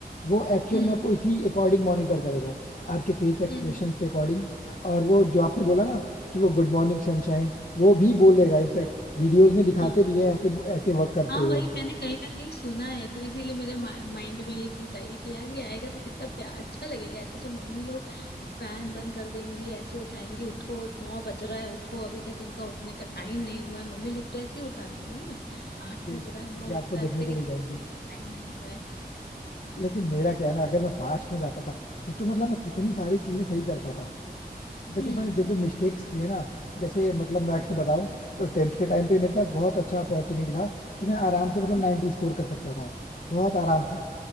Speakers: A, on the left (about 55°); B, on the left (about 80°).
A: वो एक्चुअल
B: हम्म
A: में आपको इसी अकॉर्डिंग मॉनिटर करेगा आपके फेस एक्सप्रेशंस
B: हम्म
A: के अकॉर्डिंग और वो जो आपने बोला ना कि वो गुड मॉर्निंग सनशाइन वो भी बोलेगा इनफैक्ट वीडियोस में दिखाते
B: हाँ
A: भी है ऐसे ऐसे वर्क करते
B: हाँ
A: हुए
B: वही
A: उनको
B: मैंने कहीं ना कहीं सुना है तो इसीलिए मेरे माइंड में ये चीज आई है कि यार ये आएगा तो कितना प्या अच्छा लगेगा ऐसे तो मम्मी लोग फैन बंद कर देंगी ऐसे उठाएंगी उठो नौ बज रहा है उठो अभी तक इनका उठने का टाइम नहीं हुआ है मम्मी लोग तो ऐसे ही उठाती है ना आठ
A: ये
B: बज
A: ये
B: रहा है
A: चीजें
B: नौ बज
A: आपको
B: रहा है
A: देखने
B: अभी
A: को
B: तक इनका
A: मिल जाएंगी
B: उठने का टाइम नहीं हुआ है
A: लेकिन मेरा क्या है ना अगर मैं पास्ट में जा पाता सोचो मतलब मैं कितनी सारी चीजें सही कर पाता देखो
B: <laughs> हम्म
A: मैंने जो जो मिस्टेक्स की है ना जैसे मतलब मैं अगर बताऊं तो टेंथ के टाइम पे मेरे पास बहुत अच्छा अपॉर्चुनिटी था कि मैं आराम से मतलब
B: हम्म
A: 90 स्कोर कर सकता था बहुत आराम से